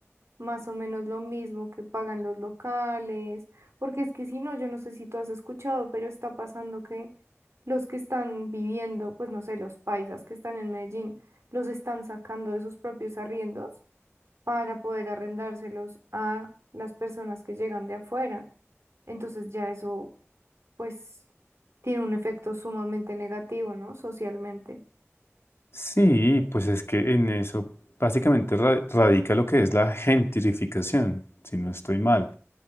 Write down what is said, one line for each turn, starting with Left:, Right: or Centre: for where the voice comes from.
Right: más o menos lo mismo que pagan los locales, porque es que si no, yo no sé si tú has escuchado, pero está pasando que los que están viviendo, pues no sé, los paisas que están en Medellín, los están sacando de sus propios arriendos para poder arrendárselos a las personas que llegan de afuera. Entonces ya eso pues tiene un efecto sumamente negativo, ¿no? Socialmente.
Left: Sí, pues es que en eso básicamente ra- radica lo que es la gentrificación, si no estoy mal.